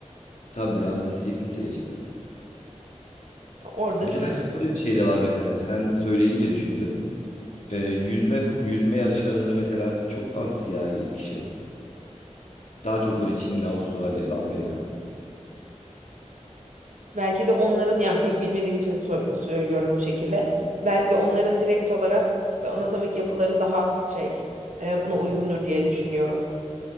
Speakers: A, on the left (about 70°); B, on the right (about 75°).
A: Tabii ya Messi'yi kimse geçemez.
B: Orada
A: Bir
B: çok
A: de hani şöyle bir şey de var mesela sen söyleyince düşündüm. Ee, yüzme yüzme yarışlarında mesela çok az siyahi kişi var. Daha çok böyle Çinli, Avustralyalı, Amerikan.
B: Belki de onların yani pek bilmediğim için so- söylüyorum bu şekilde. Belki de onların direkt olarak e, anatomik yapıları daha şey e, buna uygundur diye düşünüyorum.